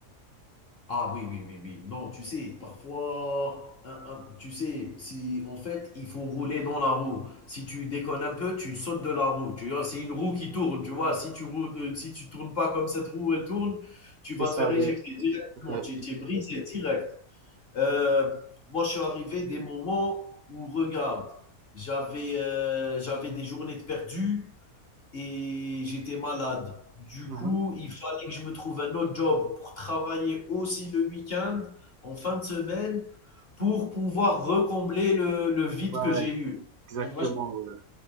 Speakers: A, on the left; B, on the right.
A: Ah oui, oui, oui, oui. Non, tu sais, parfois, un- un- tu sais, si en fait, il faut rouler dans la roue. Si tu déconnes un peu, tu sautes de la roue. Tu vois, c'est une roue qui tourne. Tu vois, si tu roules, euh, si tu tournes pas comme cette roue, elle tourne, tu
B: C'est
A: vas
B: ça,
A: te faire
B: ouais.
A: éjecter directement.
B: Ouais,
A: Tu
B: ex-
A: tu es brisé direct. Euh, moi, je suis arrivé des moments où, regarde, j'avais euh, j'avais des journées de perdu. Et j'étais malade. Du
B: mhm.
A: coup, il fallait que je me trouve un autre job pour travailler aussi le week-end, en fin de semaine, pour pouvoir recombler le le vide
B: Ouais,
A: que j'ai eu.
B: exactement.
A: Tu
B: ouais.